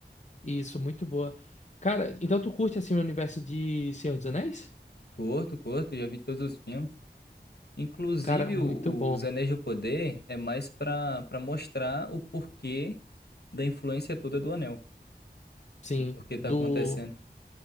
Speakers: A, on the left; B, on the left.
A: Isso, muito boa. Cara, então tu curte assim o universo de Senhor dos Anéis?
B: Curto, curto, já vi todos os filmes. Inclusive,
A: Cara, muito
B: o-
A: bom.
B: os Anéis de Poder é mais pra, pra mostrar o porquê da influência toda do Anel.
A: Sim,
B: E o porquê tá
A: do.
B: acontecendo.